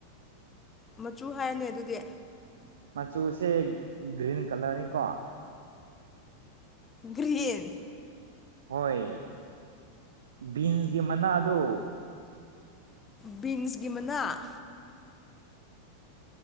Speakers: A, on the left; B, on the right.
A: ꯃꯆꯨ ꯍꯥꯏꯌꯣꯅꯦ ꯑꯗꯨꯗꯤ
B: ꯃꯆꯨꯁꯦ ꯒ꯭ꯔꯤꯟ ꯀꯂꯔꯅꯤꯀꯣ
A: ꯒ꯭ꯔꯤꯟ
B: ꯍꯣꯏ ꯕꯤꯟꯁꯒꯤ ꯃꯅꯥꯗꯨ
A: ꯕꯤꯟꯁꯀꯤ ꯃꯅꯥ